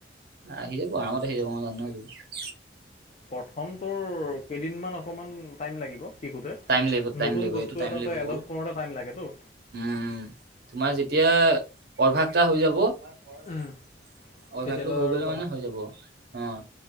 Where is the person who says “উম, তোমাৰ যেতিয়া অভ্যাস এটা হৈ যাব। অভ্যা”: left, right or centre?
Right